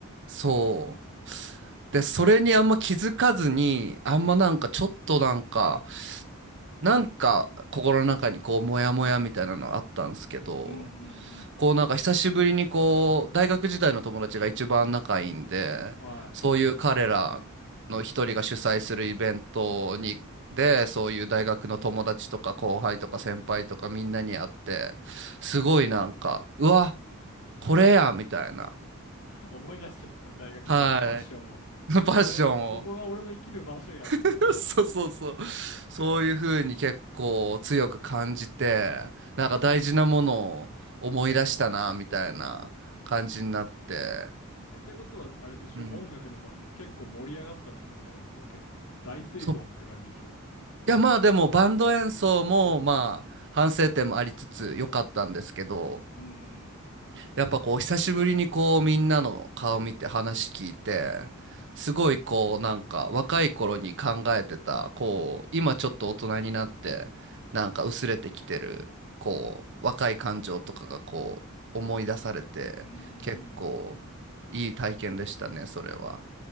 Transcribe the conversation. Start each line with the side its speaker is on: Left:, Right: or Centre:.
Right: う。そう。で、それにあんま気づかずに、あんまなんかちょっとなんか、なんか心の中にこうモヤモヤみたいなのあったんですけど、
Left: うんうん
Right: こうなんか久しぶりにこう大学時代の友達が一番仲いいんで、
Left: うん。はい。
Right: そういう彼らの一人が主催するイベントにで、そういう大学の友達とか後輩とか先輩とかみんなに会って、すごいなんか、うわ、これやみたいな、
Left: 思い出しちゃった、大学時代のパッションを。
Right: はい、<laughs> パッションを。
Left: これ、ここが俺の生きる場所や、みたいな。
Right: <laughs> そうそうそう。そういうふうに結構強く感じて、なんか大事なものを思い出したな、みたいな感じになって。
Left: <laughs> え、ってことは、あれでしょ音楽のバンド結構盛り上がったってことだよね。
Right: うん。
Left: それ結構大成功って感じでしょ
Right: そう。いや、まあでもバンド演奏もまあ反省点もありつつ良かったんですけど、
Left: うんうん。
Right: やっぱこう久しぶりにこうみんなの顔見て話聞いてすごいこうなんか若い頃に考えてたこう今ちょっと大人になってなんか薄れてきてるこう若い感情とかがこう思い出されて結構いい体験でしたねそれは。
Left: うんうん。